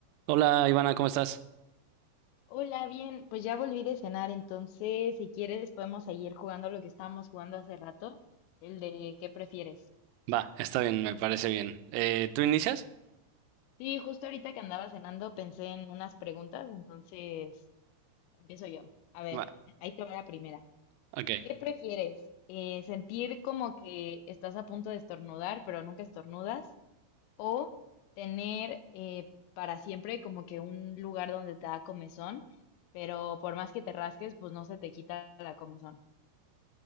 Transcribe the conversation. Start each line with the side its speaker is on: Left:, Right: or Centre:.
Right: Hola Ivana, ¿cómo estás?
Left: Hola, bien, pues ya volví de cenar, entonces si quieres podemos seguir jugando lo que estábamos jugando hace rato, el de ¿qué prefieres?
Right: Va, está bien, me parece bien. Eh, ¿tú inicias?
Left: Sí, justo ahorita que andaba cenando pensé en unas preguntas, entonces empiezo yo. A ver,
Right: Va,
Left: ahí te va la primera.
Right: ok.
Left: ¿Qué prefieres? Eh, ¿sentir como que estás a punto de estornudar, pero nunca estornudas? ¿O tener eh, para siempre como que un lugar donde te da comezón, pero por más que te rasques, pues no se te quita la comezón?